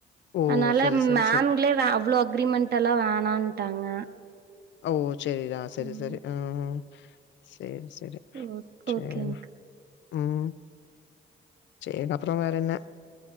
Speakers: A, on the left (about 65°); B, on the right (about 55°).
A: ஓ!
B: அன்னால
A: சரி, சரி,
B: மேம்ங்ளே
A: சரி.
B: அவ்ளோ அக்ரிமெண்ட் எல்லா வேணான்ட்டாங்க
A: ஓ செரிடி செரி
B: ம்
A: செரி ஹூமா சேரி சேரி
B: ஓ
A: செரி
B: ஓகேங்க்
A: ம் ச்செரி அப்றோ வேற என்ன